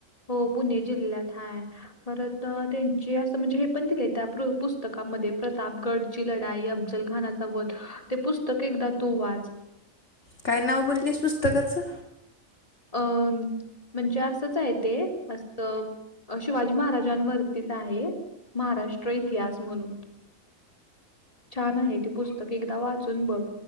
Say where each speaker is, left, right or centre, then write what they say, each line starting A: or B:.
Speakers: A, on the left; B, on the left.
A: हो पुणे जिल्ह्यात हाय. परत त्यांचे असं म्हणजे हे पण दिले त्या पुस्तकामध्ये प्रतापगड. ची लढाई अफ्जल खानाचा वध ते पुस्तक एकदा तू वाच.
B: काय नाव बोललेस पुस्तकाचं.
A: अ म्हणजे असंच आहे ते असं शिवाजी महाराजांवर. आहे महाराष्ट्र इतिहास म्हणून. छान आहे ते पुस्तक एकदा वाचून बघ